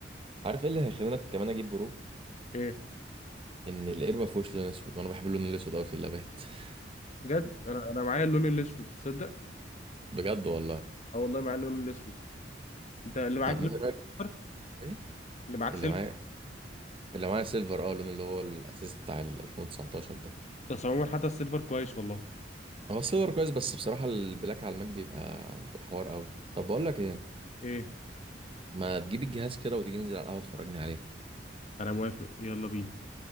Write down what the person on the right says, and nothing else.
عارف ايه اللي هيخليني كمان اجيب برو
ان الاير ما فيهوش لون اسود وانا بحب اللون الاسود قوي في اللابات <laughs>
بجد والله
طب
ما إيه رايك
إيه؟
اللي
معايا اللي معايا سيلفر اه اللون اللي هو الاساسي بتاع ال 2019
هو السيلفر كويس بس بصراحة البلاك على الماك بيبقى بيبقى حوار قوي طب بقول لك ايه
ما تجيب الجهاز كده وتيجي ننزل على القهوة تفرجني عليه